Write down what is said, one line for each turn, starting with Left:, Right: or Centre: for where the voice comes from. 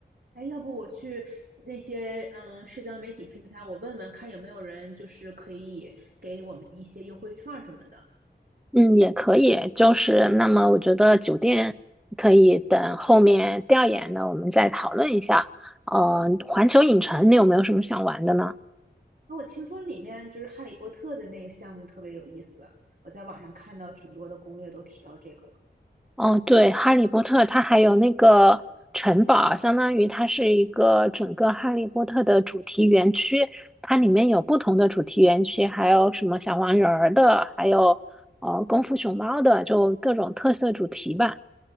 Right: 哎，要不我去那些嗯社交媒体平台，我问问看有没有人就是可以给我们一些优惠券儿什么的。
Centre: 嗯，也可以，就是那么我觉得酒店可以等后面调研呢，我们再讨论一下。嗯，环球影城你有没有什么想玩的呢？
Right: 那我听说里面就是《哈利波特》的那个项目特别有意思，我在网上看到挺多的攻略都提到这个了。
Centre: 哦，对，《哈利波特》它还有那个城堡，相当于它是一个整个《哈利波特》的主题园区，它里面有不同的主题园区，还有什么小黄人儿的，还有呃功夫熊猫的，就各种特色主题吧。